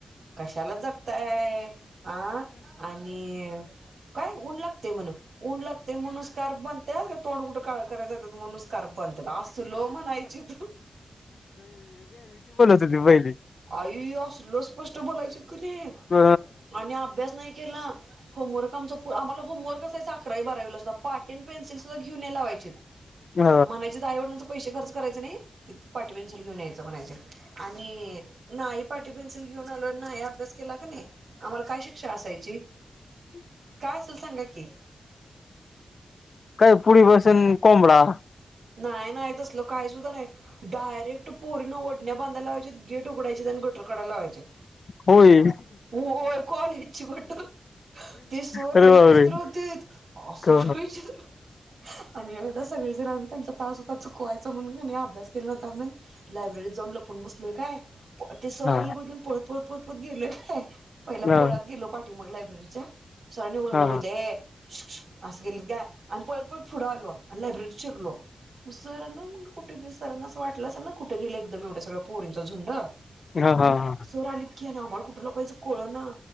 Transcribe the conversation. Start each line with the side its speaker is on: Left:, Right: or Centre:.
Right: कशाला जगताय अ आणि कायऊन लागतेय म्हण ऊन लागते म्हणूसकार बनते का तोंड कुठं काळ करायच तू नुसकार बनतात अस तू लो म्हणायची त
Left: दि बहिली
Right: आई असल स्पष्ट बोलायचे क नाही
Left: अ
Right: आणि अभ्यास नाही केला होमवर्क आमचा आ्हाला होमवर्क कायच अकरा बरावीला अस प पाट्टन पन्सिल सुद्धा घेऊन लावायचेत
Left: ह
Right: म्हणायची तर आई वडिलांचं पैसे खर्च करायचे नाही तिथे पाटीपेन्सिल घेऊन यायचं म्हणायचं आणि नाही पाठी पेन्सिल घेऊन आलो नाही अभ्यास केला का नाही आम्हाला काय शिक्षा असायची
Left: हम्
Right: काय असेल सांगा की
Left: पुढी बसून कोंबडा
Right: नाही नाही तसलं काय सुुद्धा नाही डायरेक्ट पोरिना ओण्या बांधा लावायच्यात गेट उघडायचे आणि गटर काढाय लावायची
Left: होय
Right: होय कॉलेज ची गटर ते सरं
Left: अरे
Right: लई
Left: बापरे
Right: विचित्र हॊतीत असलं
Left: हा
Right: विचित्र आणि एवढं सगळेजण आम्ही त्यांचा तास होता चुकवायचा म्हणूनं अभ्यास केला नव्हता म्हणून लायब्ररीत जाऊन लपून बसलूय काय ते सरं
Left: हा
Right: आलेलं
Left: हा
Right: बघितलं पळत, पळत, पळत, पळत गेलोय काय पहिला बोळात
Left: हा
Right: गेलो पाठी मग लायब्ररीच्या सरांनी वरन
Left: हा
Right: बघितलेत ये शुक शुक असं केलेत काय आणि पळत, पळत पुढे आलो आणि लायब्ररीत शिरलो मग सरांना कुठे सरांना असं वाटलं असेल ना कुठे गेले एकदम एवढ्यागळ्या पोरींचा झुंड आणि
Left: हा हा हा हा
Right: सर आलेत कि आमाला कुठं कुटं लपायचं कळेना